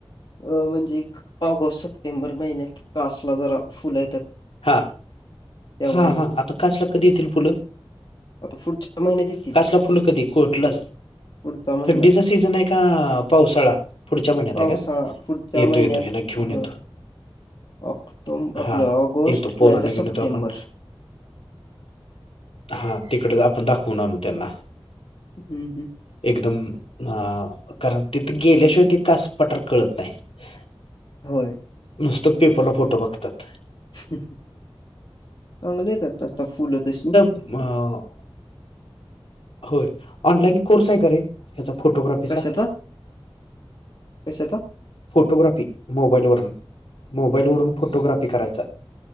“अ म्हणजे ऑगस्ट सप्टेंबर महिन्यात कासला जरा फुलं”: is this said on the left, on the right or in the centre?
Left